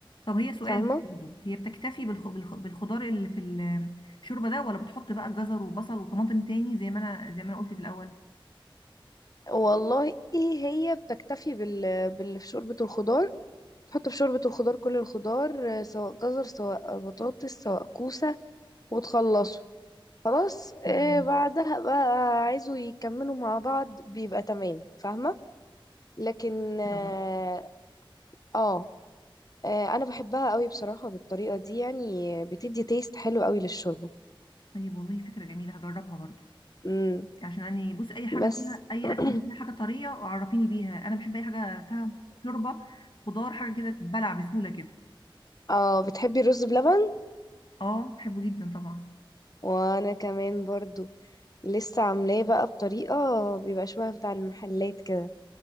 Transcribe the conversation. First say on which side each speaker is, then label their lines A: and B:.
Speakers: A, on the left; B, on the left.
A: طب هي سؤال
B: فاهمة
A: بقى برضه هي بتكتفي بالخ... بالخ... بالخضار اللي في ال- الشوربه ده ولا بتحط بقى جزر وبصل وطماطم تاني زي ما انا زي ما انا قلت في الاول
B: والله ايه هي بتكتفي بال... بال في شوربة الخضار تحط في شوربة الخضار كل الخضار آه، سواء جزر سواء بطاطس سواء كوسة وتخلصوا خلاص آه
A: امم
B: بعدها بقى عايزوا يكملوا مع بعض بيبقى تمام فاهمة لكن
A: فكره
B: اه
A: برضه
B: آه، آه، انا بحبها قوي بصراحة بالطريقة دي يعني بتدي تيست حلو قوي للشوربة
A: طيب والله فكره جميله هجربها برضه
B: امم
A: عشان يعني بص اي حاجه
B: بس
A: فيها اي
B: <clears throat>
A: اكل فيها حاجه طريه عرفيني بيها انا بحب اي حاجه فيها شوربه خضار حاجه كده بلع بسهوله كده
B: اه بتحبي الرز بلبن
A: اه بحبه جدا طبعا
B: وانا كمان برضو لسه عاملاه بقى بطريقة بيبقى شبه بتاع المحلات كده